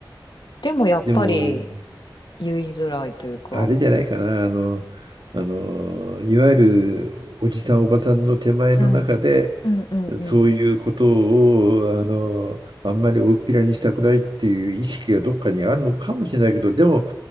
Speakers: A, on the left; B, on the right.
A: でもやっぱり、
B: でも、
A: 言いづらいというか。
B: あれじゃないかな、あの、あの、いわゆるおじさん、おばさんの手前の中で、
A: はい。うんうんうん。
B: そういうことをあのあんまり大っぴらにしたくないっていう意識がどっかにあるのかもしれないけどでも